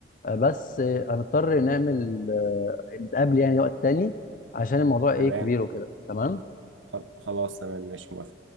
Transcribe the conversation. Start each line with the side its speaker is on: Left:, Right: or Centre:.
Left: آه، بس آه، هنضطر نعمل آه، نتقابل يعني وقت تاني عشان الموضوع ايه
Right: تمام
Left: كبير وكده تمام
Right: خل- خلاص تمام ماشي موافق